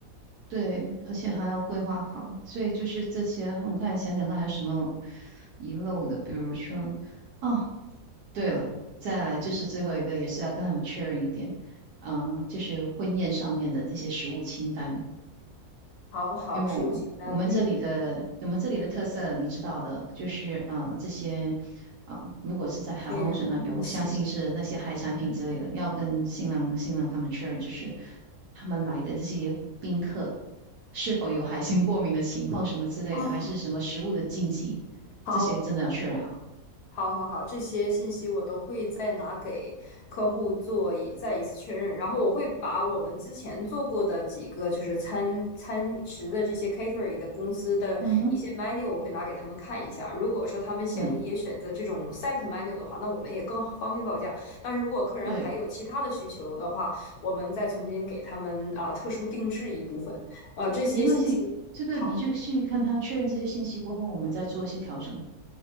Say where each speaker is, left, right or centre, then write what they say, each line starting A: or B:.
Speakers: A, on the right; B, on the left.
A: 对，而且还要规划好，所以就是这些。我看想想看还有什么遗漏的，比如说，哦，对了，再来就是最后一个，也是要跟他们确认一点，嗯，就是婚宴上面的这些食物清单。
B: 好好，
A: 因为我们我们这里的我们这里的特色你知道的，
B: 实物清单，嗯，
A: 就是呃这些，呃如果是在海皇欧洲那边，
B: 先分析。
A: 我相信是那些海产品之类的，要跟新郎新郎他们确认，就是他们来的这些宾客是否有海鲜过敏的情况什么之类的，
B: 哦，
A: 还是什么食物的禁忌，
B: 好，
A: 这些真的要确认好。
B: 好，好，好，这些信息我都会再拿给客户做一再一次确认，然后我会把我们之前做过的几个就是餐餐食的这些 catering 的公司的一些
A: 嗯哼，
B: menu，我会拿给他们看一下。如果说他们想也选择这种
A: 嗯，
B: set menu 的话，那我们也更方便报价。但是如果客人还有其他的需求的话，
A: 对，
B: 我们再重新给他们啊、特殊定制一部分。呃，这些信息，
A: 没关系，这个你就去看他确认这些信息过后，
B: 好，
A: 我们再做一些调整。